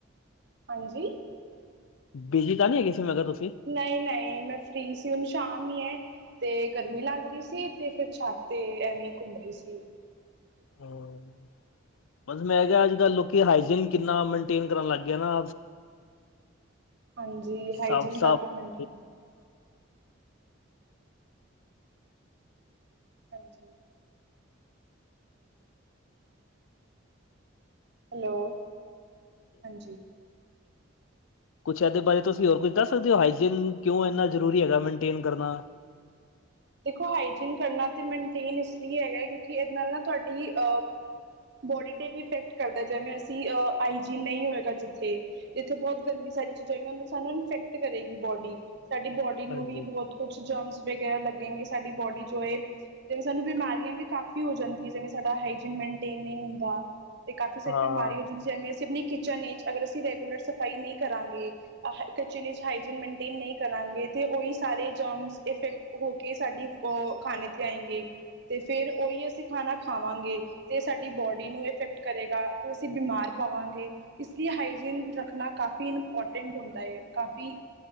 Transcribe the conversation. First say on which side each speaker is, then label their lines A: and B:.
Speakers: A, on the right; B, on the left.
A: ਹਾਂਜੀ
B: ਬੀਜੀ ਤਾਂ ਨਹੀਂ ਹੈਗੇ ਸੀ, ਮੈਂ ਕਿਹਾ, ਤੁਸੀਂ?
A: ਨਹੀਂ -ਨਹੀਂ, ਮੈਂ ਫਿਰ ਸੀ, ਹੁਣ ਸ਼ਾਮ ਹੀ ਹੈ। ਤੇ ਗਰਮੀ ਲੱਗ ਰਹੀ ਸੀ, ਤੇ ਫਿਰ ਛਾਤ ਤੇ ਐਵੇਂ ਘੁੰਮ ਰਹੀ ਸੀ।
B: ਹਮ ਬਸ ਮੈਂ ਕਿਹਾ, ਅੱਜ ਕੱਲ ਲੋਕੀ ਹਾਈਜੀਨ ਕਿੰਨਾ, ਮੇਨਟੇਨ ਕਰਨ ਲੱਗ ਗਿਆ ਨਾ।
A: ਹਾਂਜੀ
B: ਸਾਫ਼
A: ਹਾਈਜੀਨ
B: -ਸਾਫ਼
A: ਕਾਫੀ ਮੇਨਟੇਨ ਹਾਂਜੀ ਹੈਲੋ, ਹਾਂਜੀ
B: ਕੁਛ, ਇਹਦੇ ਬਾਰੇ ਤੁਸੀਂ ਹੋਰ ਕੁਝ ਦੱਸ ਸਕਦੇ ਹੋ? ਹਾਈਜੀਨ, ਕਿਉਂ ਇੰਨਾ ਜ਼ਰੂਰੀ ਹੈਗਾ, ਮੇਨਟੇਨ ਕਰਨਾ?
A: ਦੇਖੋ, ਹਾਈਜੀਨ ਕਰਨਾ ਤੇ ਮੇਨਟੇਨ ਇਸ ਲਈ ਹੈਗਾ, ਕਿਉਂਕਿ, ਇਹਦੇ ਨਾਲ ਨਾ ਤੁਹਾਡੀ ਆ। ਬੋਡੀ ਤੇ ਵੀ ਇਫੈਕਟ ਕਰਦਾ, ਜਿਵੇਂ ਅਸੀਂ ਆਈਜੀਨ ਨਹੀਂ ਹੋਏਗਾ, ਜਿੱਥੇ ਜਿੱਥੇ, ਬਹੁਤ ਗੰਦੀ ਸਾਰੀ ਚੀਜ਼ਾਂ ਹੋਗੀਆਂ, ਉਹ ਸਾਨੂੰ ਇਨਫੈਕਟ ਕਰੇਗੀ, ਬੋਡੀ ਸਾਡੀ ਬੋਡੀ
B: ਹਾਂਜੀ
A: ਨੂੰ ਵੀ ਬਹੁਤ ਕੁਛ ਜਮਸ ਵਗੈਰਾ ਲੱਗੇਗੇ, ਸਾਡੀ ਬੋਡੀ ਜੋ ਏ। ਜਿਵੇਂ, ਸਾਨੂੰ ਬਿਮਾਰੀਆਂ ਵੀ ਕਾਫ਼ੀ ਹੋ ਜਾਂਦੀਆਂ, ਜਿਵੇਂ, ਸਾਡਾ ਹਾਈਜੀਨ ਮੇਨਟੇਨ ਨਹੀਂ ਹੁੰਦਾ। ਤੇ ਕਾਫੀ ਸਾਰੀ
B: ਹਾਂ
A: ਬਿਮਾਰੀ ਹੋ ਜਾਂਦੀ, ਜਿਵੇਂ, ਅਸੀਂ ਆਪਣੀ ਕਿਚਨ ਵਿੱਚ ਅਗਰ ਅਸੀਂ, ਰੈਗੂਲਰ ਸਫ਼ਾਈ ਨਹੀਂ ਕਰਾਂਗੇ। ਹਨ, ਜਿਵੇਂ ਹਾਈ ਜੀਨ ਮੇਨਟਨ ਨਹੀਂ ਕਰਾਂਗੇ ਤੇ ਉਹੀ ਸਾਰੇ ਜਾਮਸ ਇਫੈਕਟ ਕੇ ਸਾਡੀ ਉਹ ਖਾਣੇ ਤੇ ਆਏਂ ਗ, ਤੇ ਫੇਿਰ ਉਹੀ ਅਸੀਂ ਖਾਣਾ ਖਾਵਾਂਗੇ। ਤੇ ਸਾਡੀ ਬੋਡੀ ਨੂੰ ਇਫੈਕਟ ਕਰੇਗਾ, ਤੇ ਅਸੀਂ ਬਿਮਾਰ ਪਾਵਾਂਗੇ। ਇਸ ਲਈ ਹਾਈਜੀੀਨ ਰੱਖਣਾ,, ਕਾਫ਼ੀ ਇੰਪੋਰਟੈਂਟ ਹੁੰਦਾ ਹੈ ਕਾਫੀ